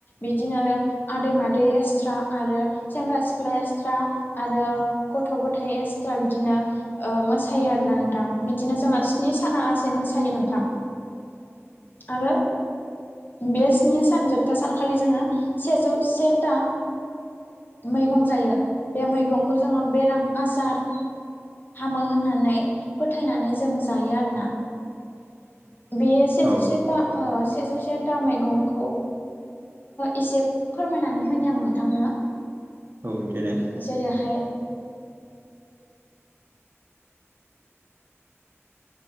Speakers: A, on the left; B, on the right.
A: बिदिनो आदै मादै गासै। एक्स्रा आरो सेंग्रा सिख्ला एक्सट्रा आरो गथ' गथाया एक्सट्रा बिदिनो। मोसायो आरो ना नोंथां बिदिनो जोंहा स्नि सानालासे मोसायो नोंथां। आरो। बे स्नि सान जोबथा सानखालि जोङो सेजौ सेथा। मैगं जायो बे मैगंखौ जोङो बेराम आजार। मोहोननानै फोथायनानै जों जायो आरोना।
B: <inaudible>
A: बेयो सेजौसेथा
B: औ
A: सेजौ सेथा मैगंखौ। एसे फोरमायनानै होनो आं नोंथांनो।
B: औ देनाय
A: जेरैहाय।